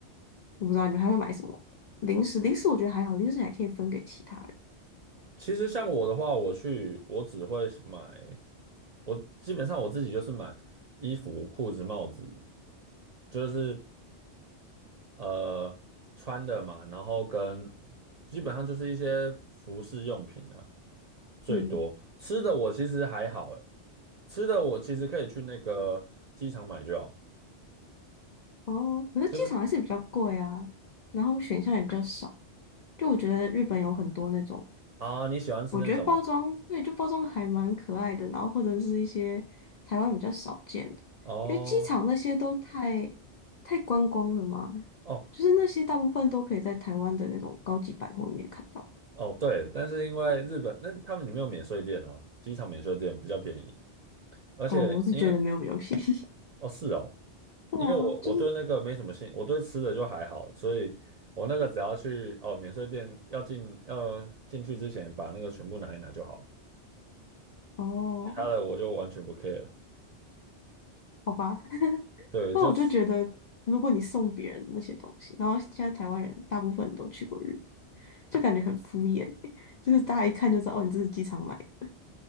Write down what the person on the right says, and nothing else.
其实像我的话，我去我只会是买，我基本上我自己就是买衣服、裤子、帽子，就是呃穿的嘛，然后跟基本上就是一些服饰用品啊，最多吃的我其实还好，
诶，吃的我其实可以去那个机场买就好，
就是
啊你喜欢吃那种
哦
哦
哦对，但是因为日本那他们里面有免税店啊，机场免税店比较便宜。而且因为
哦，是哦，
因为我我对那个没什么兴，
我对吃的就还好，所以我那个只要去哦免税店要进要进去之前把那个全部拿一拿就好，
其他的我就完全不 care。
对，
就是